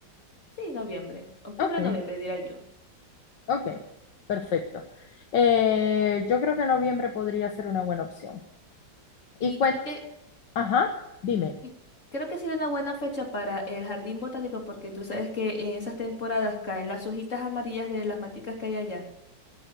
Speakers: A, on the left (about 40°); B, on the left (about 70°).
A: sí, noviembre, octubre,
B: Ok,
A: noviembre, diría yo.
B: ok, perfecto. Eh, yo creo que noviembre podría ser una buena opción. Y
A: Y
B: cuenta,
A: creo que,
B: ajá, dime.
A: y creo que sería una buena fecha para el jardín botánico porque tú sabes que en esas temporadas caen las hojitas amarillas de las maticas que hay allá.